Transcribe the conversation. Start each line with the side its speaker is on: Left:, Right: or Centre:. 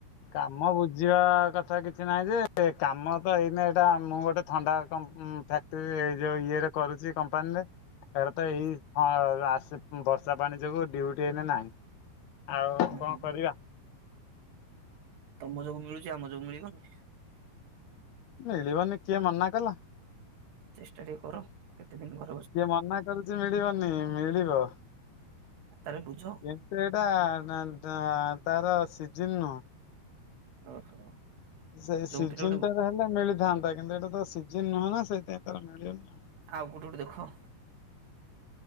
Left: କାମ ବୁଝି ଯିବା କଥା କିଛି ନାହିଁ ଯେ, କାମ ତ ଏଇନେ ଏଇଟା ମୁଁ ଗୋଟେ ଥଣ୍ଡା କ ଫ୍ୟାକ୍ଟ୍ରିରେ ଯୋଉ ଇଏରେ କରୁଚି କମ୍ପାନୀରେ। ତାର ତ
Right: ହୁଁ
Left: ଏଇ ଅ ଆସି ବର୍ଷା ପାଣି ଯୋଗୁ ଡ୍ୟୁଟି ଏଇନା ନାହିଁ। ଆଉ
Right: ହୁଁ
Left: କଣ
Right: ହୁଁ
Left: କରିବା?
Right: ତମ ଯୋଗୁ ମିଳୁଚି। ଆମ ଯୋଗୁ ମିଳିବନି।
Left: ମିଳିିବନି କିଏ ମନାକଲା?
Right: ଚେଷ୍ଟା ଟିକେ କର। କେତେ ଦିନ ଘ
Left: କିଏ ମନା କରୁଛି ମିଳିବନି? ମିଳିବ।
Right: ତା ହେଲେ ବୁଝ।
Left: ଇମ୍ପ୍ରେଟା ତା-ତା -ତାର ସିଜନ୍ ନୁହଁ।
Right: ଓହୋ।
Left: ସେ ସିଜିନଟାରେ
Right: ଯୋଉଠି ଗୋଟେ
Left: ହେଲେ ମିଳିଥାନ୍ତା କିନ୍ତୁ ଏଇଟା ତ ସିଜିିନ ନୁହେଁ ନା ସେଇଥିାଇଁ ତାର ମିଳିନି।
Right: ଆଉ କୋଉଠି ଗୋଟେ ଦେଖ?